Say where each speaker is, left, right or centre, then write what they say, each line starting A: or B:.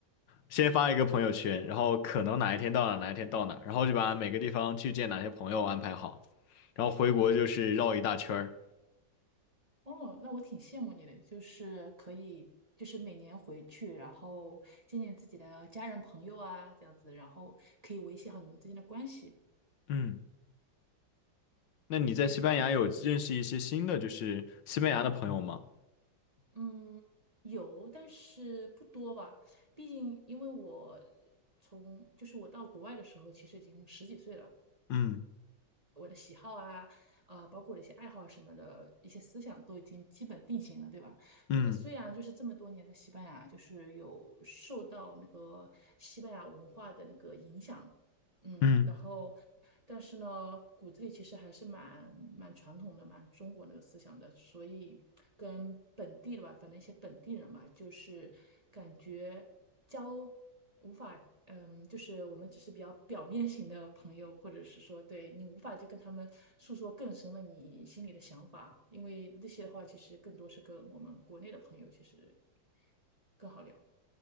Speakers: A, on the left; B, on the right.
A: 先发一个朋友圈，然后可能哪一天到哪哪一天到哪，然后就把每个地方去见哪些朋友安排好，然后回国就是绕一大圈儿。
B: 哦，那我挺羡慕你的，就是可以，就是每年回去，然后见见自己的家人朋友啊，这样子，然后可以维系好你们之间的关系。
A: 嗯，那你在西班牙有认识一些新的就是西班牙的朋友吗？
B: 而嗯，有，但是不多吧。毕竟因为我从就是我到国外的时候，其实已经十几岁了，
A: 嗯
B: 我的喜好啊，呃，包括我的一些爱好啊什么的一些思想都已经基本定型了，对吧？
A: 嗯
B: 呃，虽然就是这么多年在西班牙，就是有受到那个西班牙文化的那个影响，嗯，
A: 嗯。
B: 然后但是呢，骨子里其实还是蛮蛮传统的，蛮中国那个思想的，所以跟本地的吧，反正一些本地人嘛，就是感觉交无法，嗯，就是我们只是比较表面型的朋友，或者是说对你无法去跟他们诉说更深的你心里的想法，因为那些的话，其实更多是跟我们国内的朋友其实更好聊。